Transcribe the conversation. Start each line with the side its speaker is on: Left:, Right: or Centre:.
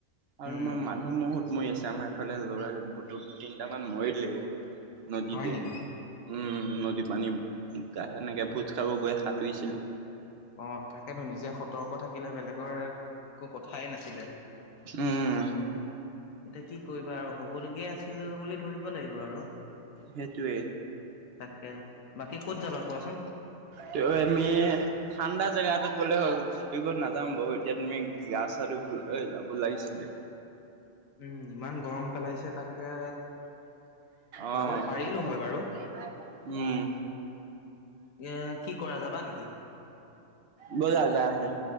Right: আৰু
Left: উম
Right: আমাৰ মানুহ মহুত মৰি আছে, আমাৰ এইফালে ল'ৰা দু তিনটামান মৰিলেই। নদীতে।
Left: হয় নেকি
Right: উম, নদী পানী সেনেকে ভোজ খাব গৈ সাঁতুৰিছিলে।
Left: অ', তাকেতো নিজে সতৰ্ক থাকিলে বেলেগৰ একো কথাই নাছিলে।
Right: উম।
Left: এতিয়া কি কৰিবা আৰু হ'ব লগীয়া আছিল বুলি ধৰিব লাগিব আৰু।
Right: সেইটোৱে।
Left: তাকে, বাকী ক'ত যাবা কোৱাছোন?
Right: টো আমি ঠাণ্ডা জেগা এটাত গ'লে হ'ল, সাঁতোৰিব নাযাম বাৰু এতিয়া তুমি গা চা ধুব ঐ যাব লাগিছিলে।
Left: উম, ইমান গৰম পেলাইছে তাকে,
Right: অ'
Left: যাব পাৰিলোঁ হয় বাৰু।
Right: <unintelligible> উম।
Left: এয়া কি কৰা যাবা নিকি?
Right: ব'লা যায় আহোঁ,